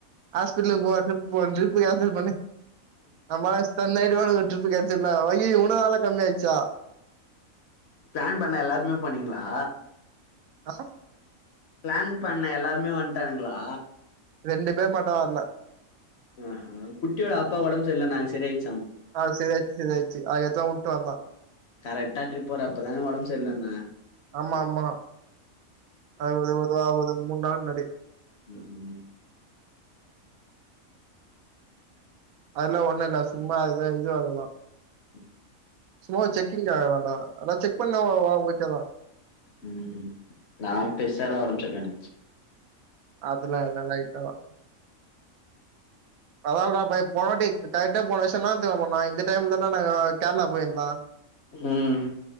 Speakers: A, on the right (about 80°); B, on the left (about 55°).
A: ஹாஸ்பிட்ல்கு போ ட்ரிப் போன் ட்ரிப் போ கேன்சல் பண்ணு நம் ஆளுங்க ஸ்டன் ஆயிடுவானுங்க ட்ரிப்பு கேன்சல்னா அய்யய்யோ இவனனால கம்மி ஆயிட்ச்சா
B: பிளான் பண்ண எல்லாருமே போனீங்ளா
A: ஆ
B: பிளான் பண்ண எல்லாருமே வன்ட்டானுங்களா
A: ரெண்டு பேர் மட்டு வர்ல
B: ஆ அ குட்டியோட அப்பாக்கு ஒடம் செர்ல்லனாங்க செரியாய்
A: ஆ செரி ஆய்ச்சி செரி ஆய்ச்சி ஆயத்தா வுட்டு வந்தோ
B: கரெட்டா ட்ரிப் போறப்பதான ஒடம் செர்லன்னா
A: ஆமா ஆமா அது ஒது ஒது ஆ ஒது மூன் நாள் மின்னாடி
B: உம் உம்
A: அதெலா ஒன்னுல்ல சும்மா அத இதுவாலதா
B: உம்
A: சும்மா ஒரு செக்கிங்காக தான்டா அதா செக் பண்ணா ஓ ஓ ஓகேதா
B: உம் நா பெருசாதா ஒடம் செர்லன் நென்ச்ச
A: அதுலா இல்ல லைட்டாதா அத நா பைய போனாட்டி கரெக்டா போன வருஷ என்னாத் தெரிமா பண்ணா இந்த டைம்ல தான்டா நாங்க கேரளா போயிந்தோ
B: உம்